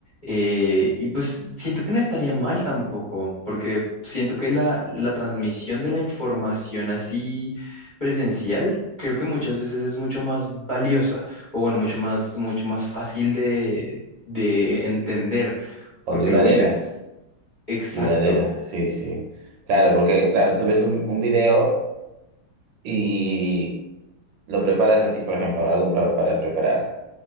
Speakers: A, on the left (about 30°); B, on the right (about 75°).
A: eh, y pues siento que no estaría mal tampoco, porque siento que la, la transmisión de la información así presencial, creo que muchas veces es mucho más valiosa, o bueno, mucho más, mucho más fácil de, de entender,
B: O
A: porque
B: duradera,
A: lo vives. Exacto,
B: duradera, sí, sí. Claro, porque, claro, tú ves un, un video y lo preparas así, por ejemplo, algo para, para preparar.